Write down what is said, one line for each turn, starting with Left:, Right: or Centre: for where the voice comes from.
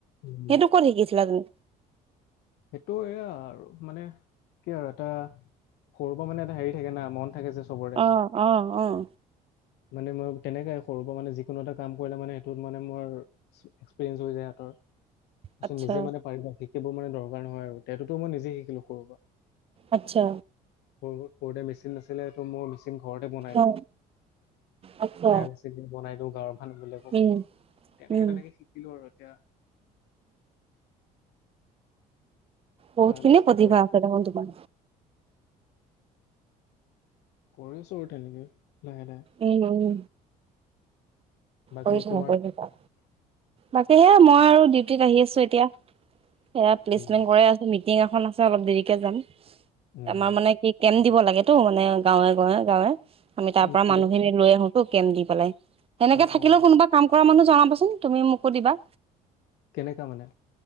Left: উম,
Right: সেইটো কত শিকিছিলা তুমি
Left: সেইটো এয়া আৰু মানে কি আৰু এটা সৰুৰ পৰা মানে এটা হেৰি থাকে না মন থাকে যে চবৰে
Right: আহ, আহ, আহ।
Left: মানে মই তেনেকে সৰুৰ পৰা মানে যিকনো এটা কাম কৰিলে মানে সেইটোত মানে মোৰ এক্সপিৰিয়েঞ্চ হৈ যায়। তাৰপিছত
Right: আচ্ছা
Left: নিজে মানে পাৰিব সেইেইবোৰ মানে দৰকাৰ নহয় আৰু। তেটোতো মই নিজে শিকিলোঁ সৰুৰ পৰা
Right: আচ্ছা
Left: সৰু সৰুতে মেচিন নাছিলো মোৰ মেচিন। ঘৰতে বনাই লওঁ
Right: অ আচ্ছা
Left: সেয়া বনাই দিওঁ গাঁৱৰ মানুহ বিলাকো
Right: উম
Left: তেনেকে
Right: উম
Left: তেনেকে শিকিলো আৰু এতিয়া
Right: বহুতখিনিয়ে
Left: লাষ্টত
Right: প্ৰতিভা
Left: আৰু
Right: আছে দেখোন তোমাৰ।
Left: কৰিছো আৰু তেনেকে লাহে লাহে
Right: উম, উম।
Left: বাকী
Right: কৰি থাক
Left: তোমাৰ
Right: থ বাকী সেয়া মই আৰু ডিউটিত আহি আছো এতিয়া। সেয়া প্লেচমেন্ট
Left: উম
Right: কৰে আছো মিটিং এখন আছে অলপ দেৰিকে যাম
Left: উম
Right: আমাৰ মানে কি কেম দিব লাগেেতটো মানে গাঁৱে গাঁৱে গাঁৱে আমি তাৰ
Left: উম
Right: পৰা
Left: কি
Right: মানুহখিনি
Left: বুলি কয়
Right: লৈ আহো টো কেম দি পেলাই সেনেকে
Left: অ
Right: থাকিলেও
Left: অ
Right: কোনোবা কাম কৰা মানুহ জনাবাচোন তুমি মোকো দিবা
Left: কেনেককা মানে